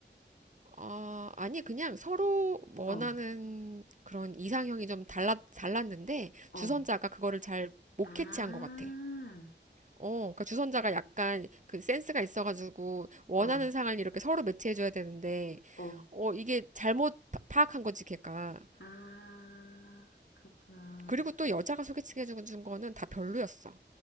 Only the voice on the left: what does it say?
어,
어,
아,
어,
어,
아, 그렇구나.